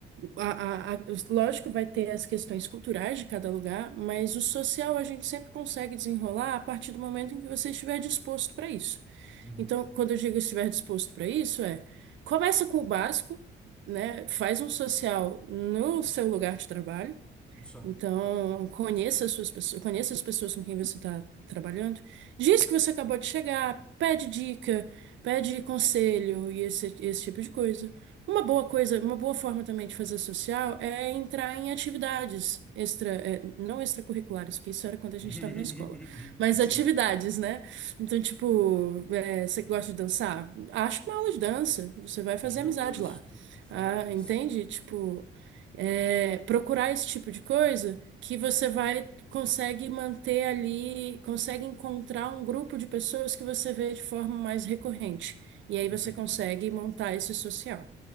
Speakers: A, on the right (about 70°); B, in the centre.
A: A, a- a- os- lógico, vai ter as questões culturais de cada lugar, mas o social a gente sempre consegue desenrolar a partir do momento em que você estiver disposto para isso.
B: uhum.
A: Então, quando eu digo estiver disposto para isso, é começa com o básico, né? Faz um social no seu lugar de trabalho.
B: Só.
A: Então, conheça as suas pessoas, conheça as pessoas com quem você está trabalhando. Diz que você acabou de chegar, pede dica, pede conselho e esse, esse tipo de coisa. Uma boa coisa, uma boa forma também de fazer social é entrar em atividades extra, é, não extracurriculares, porque isso era quando a gente
B: <laughs>
A: estava na escola, mas
B: Sim.
A: atividades, né? Então, tipo, é, você gosta de dançar? Acha uma aula de dança, você vai fazer
B: Justo,
A: amizade lá.
B: fatos,
A: Ah, entende? Tipo, é, procurar esse tipo de coisa que você vai consegue manter ali, consegue encontrar um grupo de pessoas que você vê de forma mais recorrente. E aí
B: entendo.
A: você consegue montar esse social.